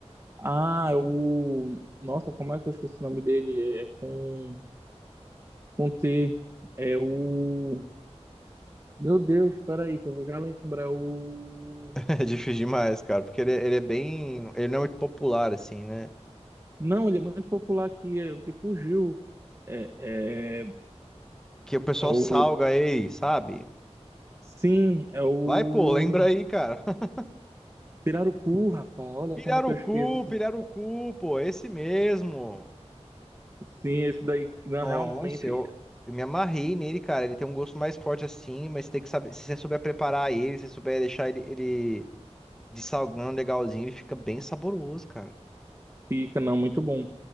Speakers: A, on the right; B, in the centre.
A: Ah, o. Nossa, como é que eu esqueci o nome dele? É com, com T. É o. Meu Deus, espera aí, que eu vou já lembrar. É o.
B: <laughs> É difícil demais, cara, porque ele, é- ele é bem. Ele não é muito popular, assim, né?
A: Não, ele é muito popular aqui, é, que fugiu. É, é,
B: Que o pessoal
A: é o.
B: salga ele, sabe?
A: Sim, é o.
B: Vai, pô, lembra aí, cara. <laughs>
A: Pirarucu, rapaz. Olha
B: Pirarucu,
A: como é que eu esqueci.
B: pirarucu, pô, esse mesmo.
A: Sim, esse daí não,
B: Nossa,
A: realmente
B: eu, eu me amarrei nele, cara. Ele tem um gosto mais forte assim, mas tem que saber. Se você souber preparar ele, se você souber deixar ele, ele dessalgando legalzinho, ele fica bem saboroso, cara.
A: fica, não, muito bom.